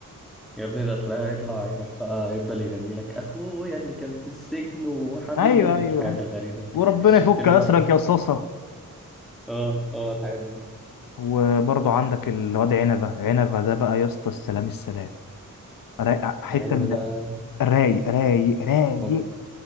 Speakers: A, in the centre; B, on the left.
A: يا ابني ده تلاقيه هيطلع يروح بقى يفضل يغني لك أخويا اللي كان في السجن وحبيبي
B: ايوه ايوه
A: والحاجات
B: يعني
A: الغريبة اللي
B: وربنا
A: <laughs>
B: يفك
A: شفت له
B: اسرك
A: أنا بقى
B: يا صاصه
A: آه آه الحاجات دي
B: وبرضو عندك الواد عنبه عنبه ده بقى يا اسطى السلام السلام رايق حته
A: العنبة
B: من
A: ده
B: رايق رايق رايق
A: أوك.